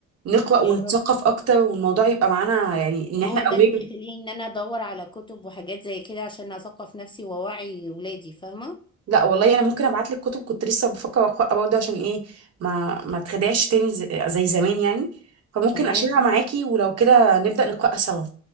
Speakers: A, on the right; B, on the left.
A: نقرا ونتثقف
B: يا رب
A: اكتر والموضوع يبقى معانا يعني ان
B: هو
A: احنا
B: ده
A: قويين
B: اللي بيخليني إن أنا أدور على كتب وحاجات زي كده عشان أثقف نفسي وأوعي ولادي فاهمة؟
A: لا والله انا ممكن ابعت لك كتب كنت لسه بفكر اقراها برضه عشان ايه ما ما تخدعش تاني ز- زي زمان يعني فممكن
B: تمام
A: اشيلها معاكي ولو كده نبدا نقراها سوا